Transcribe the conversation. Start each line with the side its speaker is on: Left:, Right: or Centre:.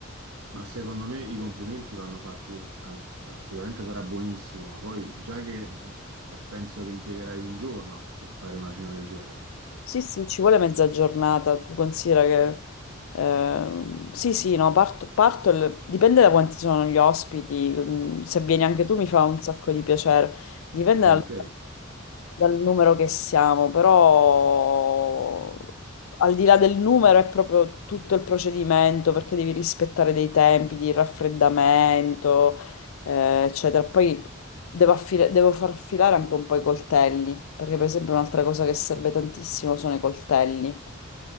Right: Ma secondo me i complimenti vanno fatti, al- sicuramente sarà buonissimo, ma poi già che mh, penso che impiegherai un giorno per fare una cena del genere,
Left: Sì, sì, ci vuole mezza giornata, tu considera che... ehm, sì, sì, no, parto, parto il- dipende da quanti sono gli ospiti, mm, se vieni anche tu mi fa un sacco di piacere, dipende
Right: volentieri.
Left: dal, dal numero che siamo, però al di là del numero è proprio tutto il procedimento, perché devi rispettare dei tempi di raffreddamento, eh, eccetera. Poi Devo, affile- devo far filare anche un po' i coltelli, perché per esempio un'altra cosa che serve tantissimo sono i coltelli.